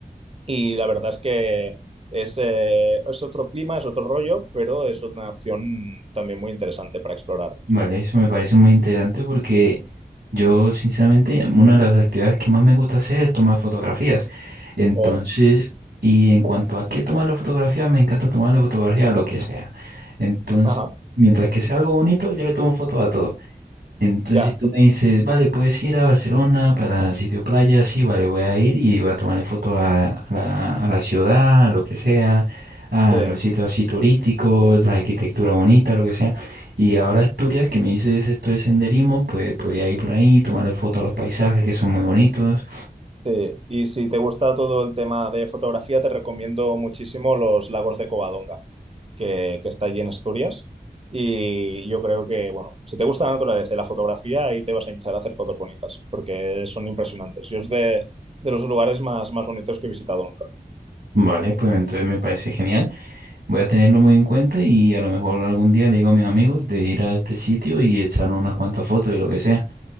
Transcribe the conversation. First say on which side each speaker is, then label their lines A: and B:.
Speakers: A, on the right (about 35°); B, on the right (about 80°).
A: y la verdad es que es, eh, es otro clima, es otro rollo, pero es una opción también muy interesante para explorar.
B: Vale, eso me parece muy interesante porque yo, sinceramente, una de las actividades que más me gusta hacer es tomar fotografías. Entonces,
A: Oh,
B: y en cuanto a qué tomar las fotografías, me encanta tomar las fotografías a lo que sea. Entonces,
A: ajá,
B: mientras que sea algo bonito, yo le tomo fotos a todo. Entonces,
A: ya,
B: si tú me dices, vale, puedes ir a Barcelona para sitio playa, sí, vale, voy a ir y voy a tomarle foto a, a la, a la ciudad, a lo que sea, a
A: sí.
B: los sitios así turísticos, la arquitectura bonita, lo que sea. Y ahora Asturias, que me dices esto de senderismo, pues podría ir por ahí, tomarle foto a los paisajes que son muy bonitos.
A: Sí, y si te gusta todo el tema de fotografía, te recomiendo muchísimo los lagos de Covadonga. que, que está allí en Asturias. Y yo creo que, bueno, si te gusta la naturaleza y la fotografía, ahí te vas a hinchar a hacer fotos bonitas, porque son impresionantes. Yo es de, de los lugares más, más bonitos que he visitado nunca.
B: Vale, pues entonces me parece genial. Voy a tenerlo muy en cuenta y a lo mejor algún día le digo a mis amigos de ir a este sitio y echar unas cuantas fotos y lo que sea.